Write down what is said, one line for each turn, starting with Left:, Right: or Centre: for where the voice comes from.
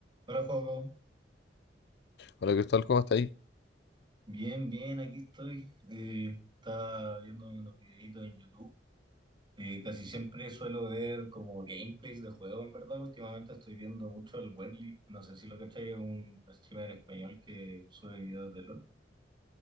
Right: Hola, Joaco.
Left: Hola Cristóbal, ¿cómo estáis?
Right: Bien, bien, aquí estoy. Eh, estaba viendo unos videitos en YouTube. Eh, casi siempre suelo ver como gameplays de juegos, en verdad. Últimamente estoy viendo mucho el Werly. No sé si lo cachai, es un streamer español que sube videos de LOL.